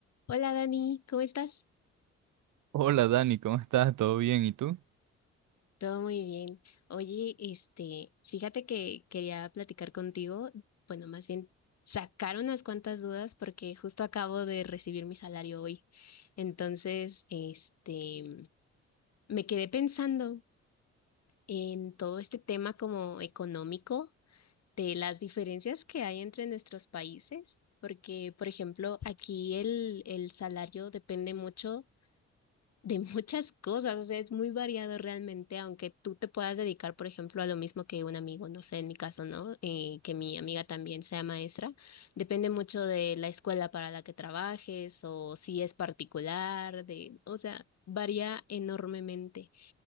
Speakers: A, on the left; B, on the right.
A: Hola Dani, ¿cómo estás?
B: Hola Dani, ¿cómo estás? ¿Todo bien? ¿Y tú?
A: Todo muy bien. Oye, este, fíjate que quería platicar contigo, bueno, más bien sacar unas cuantas dudas porque justo acabo de recibir mi salario hoy. Entonces, este, me quedé pensando en todo este tema como económico de las diferencias que hay entre nuestros países, porque, por ejemplo, aquí el, el salario depende mucho de muchas cosas, o sea, es muy variado realmente, aunque tú te puedas dedicar, por ejemplo, a lo mismo que un amigo, no sé, en mi caso, ¿no? Eh, que mi amiga también sea maestra, depende mucho de la escuela para la que trabajes o si es particular, de, o sea, varía enormemente.